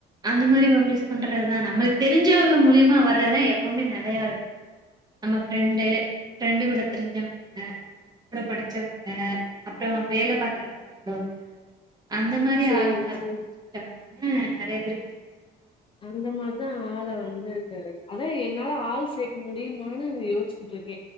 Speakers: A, on the right; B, on the left.
A: அந்த மாரி பப்ளிஷ் பண்றது தா நம்மளுக்கு தெரிஞ்சவக மூலியமா வர்றதுதா எப்பவுமே நெலையா இருக்கு நம்ம ஃப்ரெண்டு
B: ம்
A: ஃப்ரெண்டு கூட தெரிஞ்சவங்க கூட படிச்சவங்க அப்றோ வேல பாக்குற இடத்துல உள்ளவங்க அந்த மாரி
B: சேரி
A: ஆளுங்கள
B: சேரி
A: பாத்து வச்சிட்டோம்னால நெறைய பேர் வந்து கேட்பாங்க
B: அந்த மாரிதா ஆள வந்து அதா என்னால ஆள் சேக்க முடியுமான்னு யோச்சிக்கட்டு இரு